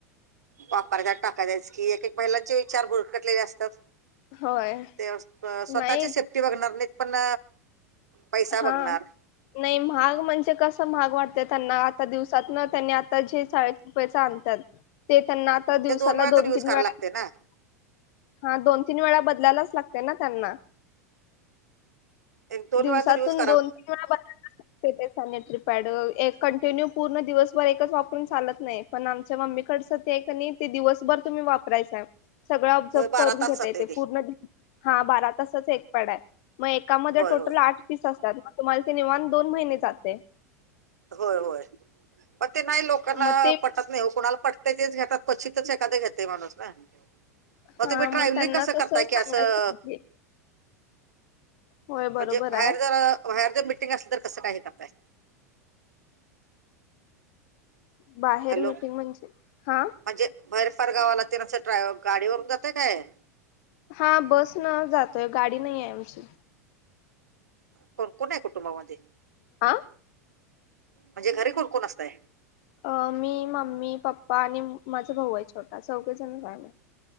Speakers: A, on the right; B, on the left.
A: <unintelligible> जायचं की एक एक महिलांचे विचार भुरकटलेले असतात.
B: होय.
A: ते अ स्वतःची
B: नाही
A: सेफ्टी बघणार नाहीत पण- पैसा
B: हा.
A: बघणार
B: नाही महाग म्हणजे कसं महाग वाटत त्यांना, आता दिवसात न त्यांनी आता जे चाळीस रुपययाच आणतात- ते त्यांना आता दिवसाला
A: ते वेळा
B: दोन
A: तर यूज
B: तीन
A: करायला
B: वेळा-
A: लागते ना
B: हा. दोन तीन वेळा बदलायलाच लागतय ना त्यांना?
A: एक दोन
B: दिवसातून
A: वाार तर दिवस-
B: दोन तीन वेळा <unintelligible> ते ते सॅनिटरीपॅड कंटिन्यू पूर्ण दिवसभर एकच वापरून चालत नाहीत. पण आमच्या मम्मीकडचं ते आहे का नाही ते दिवसभर तुम्ही वापरायचाय. सगळं ऑब्झर्व
A: होय बारा
B: करून
A: तास
B: घेतय
A: जाते
B: ते पूर्ण. हा. बारा तासाच एक पॅड आहे. म एकामध्ये
A: होय
B: टोटल
A: होय
B: आठ पीस असतात. मग तुम्हाला ते निवांत दोन महिने जातय.
A: होय होय. पण ते नाही लोकांना
B: मग ते
A: पटत नाही हो. कुणाला पट- ते तेच घेतात. क्वचितच एखाद घेतय माणूस ना? अ
B: हा
A: तुम्ही ट्रॅव्हलिंग
B: मग त्यांना
A: कसं
B: तसं
A: करताय
B: सांगायला
A: की असं?
B: पाहिजे होय बरोबर
A: म्हणजे बाहेर
B: आहे
A: जर बाहेर जर मिीटिंग असली तर कसं काय हे करताय?
B: बाहेर
A: हॅलो.
B: मिटिंग म्हणजे हा
A: म्हणजे भैर परगावाला ते <unintelligible> गाडीवरून जाताय काय?
B: हां. बस न जातोय गाडी नाही आहे आमची
A: को कोण आहे कुटुंबामध्ये
B: आ.
A: म्हणजे घरी कोणकोण असतय?
B: अ मी मम्मी पप्पा आणि माझा भाऊ आहे छोटा चौघजणच आहे.